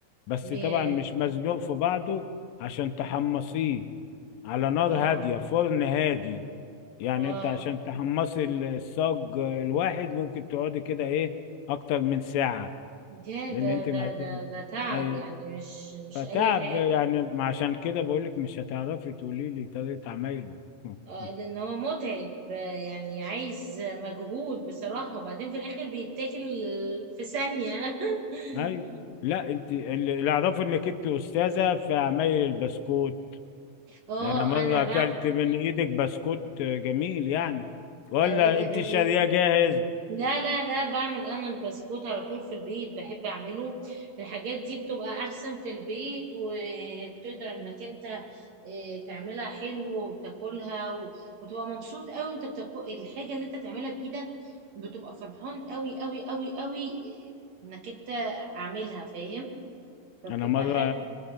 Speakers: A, on the left; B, on the right.
A: بس
B: بيه
A: طبعا مش مزنوق في بعضه عشان تحمصيه على نار
B: اه
A: هادية فرن هادي يعني
B: اه
A: انت عشان تحمصي ال- الصاج الواحد ممكن تقعدي كده ايه اكتر من ساعة
B: ده
A: لان
B: ده
A: انت ما
B: ده
A: هت-
B: ده ده تعب
A: ما ي-
B: يعني مش مش
A: فتعب
B: أي حاجة
A: يعني عشان كده بقولك مش هتعرفي تقولي لي طريقة عمايله <laughs>
B: اه لأن هو متعب آه، يعني عايز مجهود بصراحة وبعدين في الآخر بيتاكل في ثانية <laughs>
A: ايوه لا انت اللي اللي اعرفه انك انت استاذه في عمايل البسكوت
B: اه
A: انا مره
B: أنا
A: اكلت من ايدك بسكوت جميل يعني ولا
B: بقى
A: انت شاريه جاهز
B: لا لا لا بعمل انا البسكوت على طول في البيت بحب اعمله الحاجات دي بتبقى احسن في البيت وبتقدر انك انت آه، تعملها حلو وتاكلها و- وتبقى مبسوط قوي انت بتاكل الحاجة اللي انت تعملها بايدك بتبقى فرحان قوي قوي قوي قوي آه، انك انت عاملها فاهم فبتبقى
A: انا مره
B: حاجة